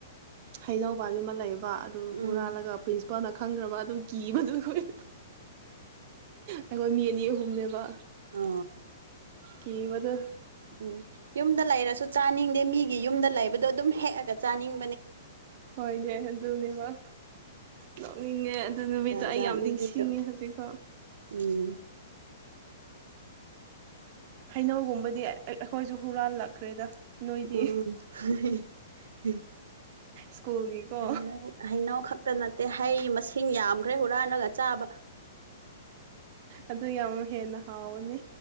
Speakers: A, on the right (about 25°); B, on the right (about 85°).
A: ꯍꯩꯅꯧꯕꯥꯒꯤ ꯑꯃ ꯂꯩꯌꯦꯕ ꯑꯗꯨ ꯍꯨꯔꯥꯜꯂꯒ
B: ꯎꯝ
A: ꯏꯄꯥꯅ ꯈꯪꯈ꯭ꯔꯕ ꯑꯗꯨ ꯀꯤꯕꯗꯨꯈꯣꯏ ꯑꯩꯈꯣꯏ ꯃꯤ ꯑꯅꯤ ꯑꯍꯨꯝꯅꯦꯕ
B: ꯑ
A: ꯀꯕꯗꯨ
B: ꯎꯝ ꯌꯨꯝꯗ ꯂꯩꯔꯁꯨ ꯆꯥꯅꯤꯡꯗꯦ ꯃꯤꯒꯤ ꯌꯨꯝꯗ ꯂꯩꯕꯗꯣ ꯑꯗꯨꯝ ꯍꯦꯛꯑꯒ ꯆꯥꯅꯤꯡ
A: ꯍꯣꯏꯅꯦ ꯑꯗꯨꯅꯦꯕ ꯅꯣꯛꯅꯤꯡꯉꯦ ꯑꯗꯨ ꯅꯨꯃꯤꯠꯇꯣ
B: ꯖꯥꯠ
A: ꯑꯩ
B: ꯖꯥꯠꯅꯦ
A: ꯌꯥꯝ ꯅꯤꯡꯁꯤꯡꯉꯦ
B: ꯃꯤꯁꯨ
A: ꯍꯧꯖꯤꯛꯐꯥꯎ
B: ꯎꯝ
A: ꯍꯩꯅꯧꯒꯨꯝꯕꯗꯤ ꯑꯩꯈꯣꯏꯁꯨ ꯍꯨꯔꯥꯜꯂꯛꯈ꯭ꯔꯦꯗ
B: ꯑ
A: ꯅꯣꯏꯗꯤ ꯁ꯭ꯀꯨꯜꯒꯤꯀꯣ
B: ꯍꯩꯅꯧ ꯍꯩꯅꯧ ꯈꯛꯇ ꯅꯠꯇꯦ ꯍꯩ ꯃꯁꯤꯡ ꯌꯥꯝ ꯀꯈ꯭ꯔꯦ ꯍꯨꯔꯥꯟꯂꯒ ꯆꯥꯕ
A: ꯑꯗꯨ ꯌꯥꯝ ꯍꯦꯟꯅ ꯍꯥꯎꯕꯅꯤ